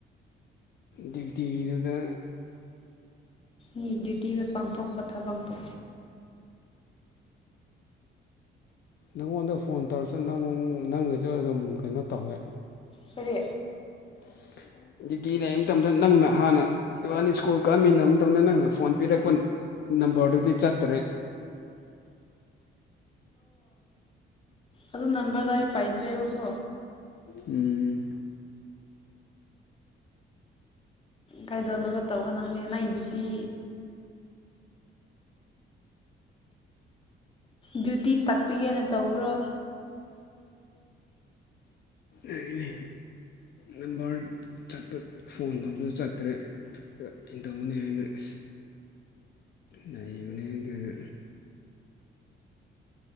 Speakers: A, on the left; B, on the left.
A: ꯗ꯭ꯌꯨꯇꯤꯗ
B: ꯃꯤ ꯗ꯭ꯌꯨꯇꯤꯗ ꯄꯥꯡꯊꯣꯛꯄ ꯊꯥꯕꯛꯇꯣ
A: ꯅꯪꯉꯣꯟꯗ ꯐꯣꯟ ꯇꯧꯔꯁꯨ ꯅꯪ ꯅꯪꯒꯁꯨ ꯑꯗꯨꯝ ꯀꯩꯅꯣ ꯇꯧꯋꯦ
B: ꯀꯔꯤ
A: <unintelligible> ꯗ꯭ꯌꯨꯇꯤ ꯂꯩꯕ ꯃꯇꯝꯗ ꯅꯪꯅ ꯍꯥꯟꯅ ꯏꯕꯥꯟ ꯁ꯭ꯀꯨꯜ ꯀꯛꯃꯤꯟꯅꯕ ꯃꯇꯝꯗ ꯅꯪꯅ ꯐꯣꯟ ꯄꯤꯔꯛꯄ ꯅꯝꯕꯝꯕꯔꯗꯨꯗꯤ ꯆꯠꯇ꯭ꯔꯦ
B: ꯑꯗ ꯅꯝꯕꯔꯗꯣ ꯑꯩ ꯄꯥꯢꯗ꯭ꯔꯦꯕ ꯀꯣ
A: ꯎꯝ
B: ꯈꯥꯏꯗꯧꯅꯕ ꯇꯧꯕ ꯅꯪꯒꯤ ꯗ꯭ꯌꯨꯇꯤ ꯗ꯭ꯌꯨꯇꯤ ꯇꯥꯛꯄꯤꯒꯦꯅ ꯇꯧꯕ꯭ꯔꯣ
A: ꯑꯣꯏ ꯅꯝꯕꯔ ꯆꯠꯄ ꯐꯣꯟ ꯇꯧꯕꯗꯨ ꯆꯠꯇ꯭ꯔꯦ ꯏꯩꯅ ꯇꯧꯅꯤ ꯍꯥꯏꯅ ꯑ ꯕꯅꯦ ꯑꯗꯨ